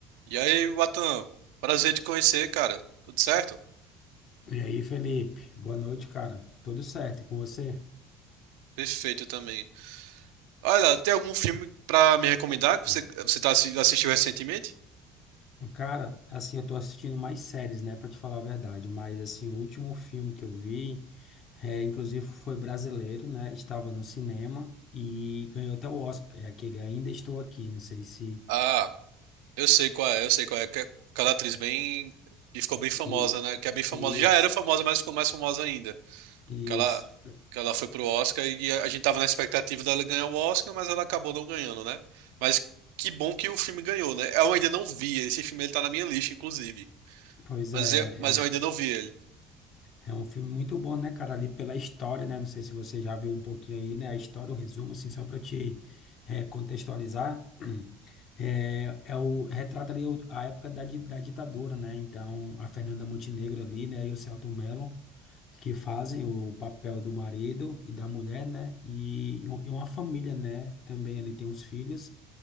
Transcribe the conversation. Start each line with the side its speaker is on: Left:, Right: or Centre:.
Right: E aí, Watan, prazer te conhecer, cara. Tudo certo?
Left: E aí, Felipe? Boa noite, cara. Tudo certo e com você?
Right: Perfeito também. Olha, tem algum filme pra me recomendar que
Left: Hum.
Right: você, você tá, assi- assistiu recentemente?
Left: Cara, assim, eu tô assistindo mais séries, né, pra te falar a verdade, mas assim, o último filme que eu vi, é, inclusive foi brasileiro, né? Estava no cinema e ganhou até o Oscar, é aquele Ainda Estou Aqui, não sei se
Right: Ah, eu sei qual é, eu sei qual é. Que é aquela atriz bem. e ficou bem famosa,
Left: e
Right: né? Que é bem famosa.
Left: e
Right: Já era famosa, mas ficou mais famosa ainda.
Left: isso,
Right: que ela, que ela foi pro Oscar e a, a gente tava na expectativa dela ganhar o Oscar, mas ela acabou não ganhando, né? Mas que bom que o filme ganhou, né? Eu ainda não vi, esse filme ele tá na minha lista, inclusive.
Left: pois
Right: Mas
Left: é,
Right: eu, mas
Left: é um
Right: eu ainda não vi ele.
Left: É um filme muito bom, né, cara? Ali pela história, né? Não sei se você já viu um pouquinho aí, né? A história, o resumo, assim, só pra te eh, contextualizar. É, é o, retrata ali o- a época da, di- da ditadura, né? Então, a Fernanda Montenegro ali, né? E o Selton Mello, que fazem o papel do marido e da mulher, né? E, e um- e uma família, né? Também ali tem os filhos.